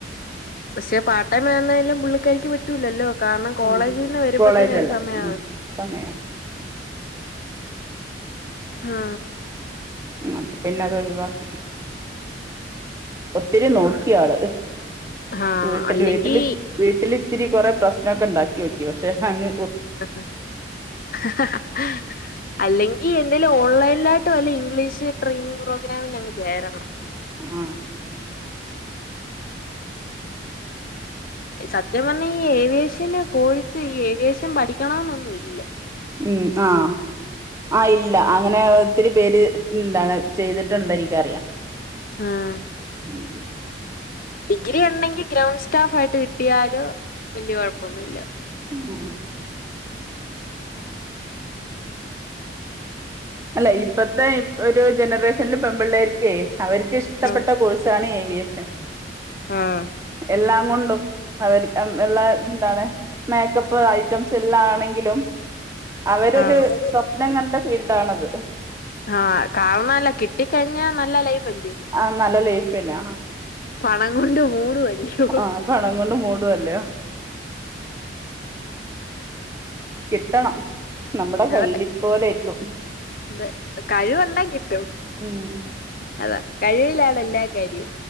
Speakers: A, on the left (about 50°); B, on the right (about 15°).
A: പക്ഷേ പാർട്ട്‌ടൈം ആണേലും പുള്ളിക്കാരിക്കു പറ്റൂല്ലല്ലോ കാരണം കോളേജിൽന്ന്
B: ആ
A: വരുമ്പോ
B: കോളേജല്ലേ
A: തന്നെ ഒരു സമയാ
B: ഉം സമയാവും
A: ഹാ
B: അപ്പൊ പിന്നെ അത് ഒഴിവാക്കി ഒത്തിരി നോക്കിയാള്
A: ആഹ്
B: വീട്ടില്
A: അല്ലെങ്കി
B: വീട്ടില് വീട്ടല് ഇത്തിരി കുറേ പ്രശ്നൊക്കെ ഒണ്ടാക്കി നോക്കി പക്ഷെ അങ്ങ് ഒ
A: ഹ ഹ ഹ് അല്ലെങ്കി എന്തേലും ഓൺലൈനിലായിട്ട് വല്ല ഇംഗ്ലീഷ് ട്രെയിനിങ് പ്രോഗ്രാമിന് അങ് ചേരണം
B: ആ
A: സത്യം പറഞ്ഞാ ഈ ഏവിയേഷന്റെ കോഴ്സ് ഈ ഏവിയേഷൻ പഠിക്കണന്നൊന്നും ഇല്ല
B: ഉം ആഹ് ആ ഇല്ല അങ്ങനെ ഒത്തിരി പേര് എന്താണ് ചെയ്തിട്ടുണ്ട് എനിക്കറിയാം
A: ആഹ്
B: ഉം
A: ഡിഗ്രി ഉണെങ്കിൽ ഗ്രൗണ്ട് സ്റ്റാഫ് ആയിട്ട് കിട്ടിയാല് വല്യ കുഴപ്പൊന്നുല്ല
B: മ് അല്ല ഇപ്പത്തെ ഒരു ജനറേഷനിൽ പെൺമ്പിള്ളേര്ക്കേ അവർക്ക് ഇഷ്ടപ്പെട്ട
A: ആഹ്
B: കോഴ്സാണ് ഏവിയേഷൻ
A: ആഹ്
B: എല്ലാം കൊണ്ടും അവര് ക്ക്‌ള്ള എന്താണ് മേക്കപ്പ് ഐറ്റംസ് എല്ലാം ആണെങ്കിലും അവരൊരു
A: ആഹ്
B: സ്വപ്നം കണ്ട ഫീൽഡ് ആണത്
A: ആഹ് കാരണല്ല കിട്ടിക്കഴിഞ്ഞ നല്ല ലൈഫ് അല്ലയോ
B: ആഹ് നല്ല ലൈഫ്ന്നേ
A: പണം കൊണ്ട് മൂടുവല്ലയോ
B: ആ പണം കൊണ്ട് മൂടുവല്ലയോ കിട്ടണം നമ്മുടെ കയ്യിലിരുപ്പ്
A: അതെ
B: പോലെയിരിക്കും
A: അതെ കഴിവൊണ്ടേ കിട്ടും
B: ഉം
A: അതാ കഴിവിലാണ് എല്ലാ കാര്യം